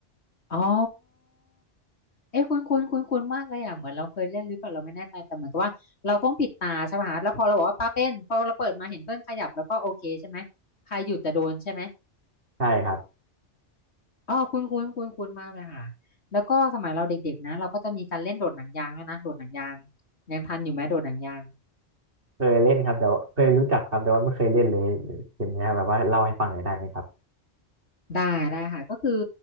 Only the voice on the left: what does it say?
อ๋อเอ้คุ้นคุ้นคุ้นคุ้นมากเลยอ่ะเหมือนเราเคยเล่นหรือเปล่าเราไม่แน่ใจแต่เหมือนกับว่าเราต้องปิดตาใช่ป่ะฮะแล้วพอเราบอกว่าป้าเป็นพอเราเปิดมาเห็นเพื่อนขยับแล้วก็โอเคใช่ไหมใครหยุดจะโดนใช่ไหม
อ๋อคุ้นคุ้นคุ้นคุ้นมากเลยค่ะแล้วก็สมัยเราเด็กๆนะเราก็จะมีการเล่นโดดหนังยางด้วยนะโดดหนังยางยังทันอยู่ไหมโดดหนังยาง
ได้ได้ค่ะก็คือ